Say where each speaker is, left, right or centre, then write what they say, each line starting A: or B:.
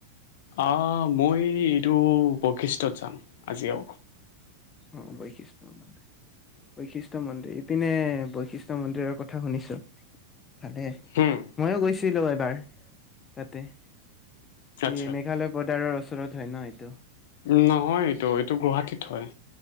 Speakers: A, on the left; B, on the left.
A: অ মই এইটো বশিষ্ঠত যাম আজিও
B: অ বৈশিষ্টয় মন্দ বৈশিষ্টয় মন্দিৰ ইপিনে বৈশিষ্ট মন্দিৰৰ কথা শুনিছো। ভালে
A: হুম
B: ময়ো গৈছো। এবাৰ তাতে
A: আচ্ছা
B: এ মেঘালয় বদাৰৰ চ ওচৰত হয় ন এইটো
A: উ নহয় এইটো এইটো গুৱাহাটীত হয়